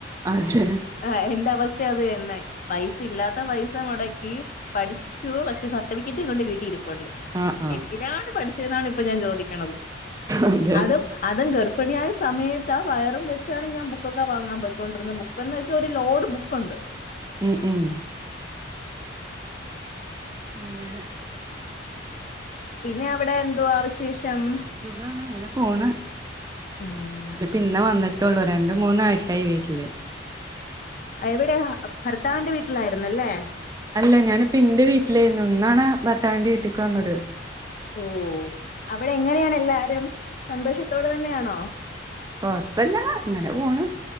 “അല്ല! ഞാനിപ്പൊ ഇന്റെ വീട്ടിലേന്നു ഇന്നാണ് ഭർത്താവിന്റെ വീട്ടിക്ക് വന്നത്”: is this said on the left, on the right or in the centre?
Right